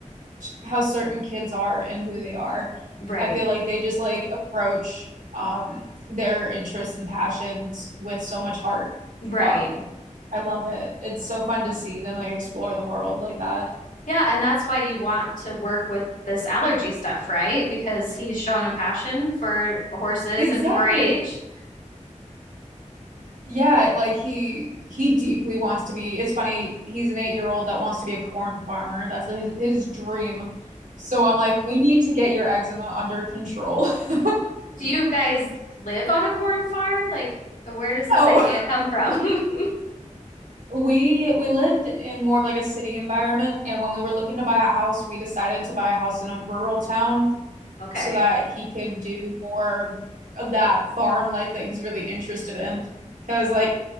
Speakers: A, on the right; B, on the left.
A: how certain kids are and who they are.
B: Right,
A: I feel like they just like approach um their interests and passions with so much heart.
B: right.
A: Um I love it. It's so fun to see them like explore the world like that.
B: Yeah, and that's why you want to work with this allergy stuff, right? Because he's shown a passion for horses
A: Exactly.
B: and 4-H.
A: Yeah, like he he deeply wants to be. It's funny, he's an eight-year-old that wants to be a corn farmer. That's his his dream. So I'm like, we need to get your eczema under control. <laughs>
B: Do you guys live on a corn farm? Like, where does this
A: No,
B: idea come from? <laughs>
A: we we lived in more of like a city environment, and when we were looking to buy a house, we decided to buy a house in a rural town
B: Okay.
A: so that he could do more of that farm life that he's really interested in. Because, like,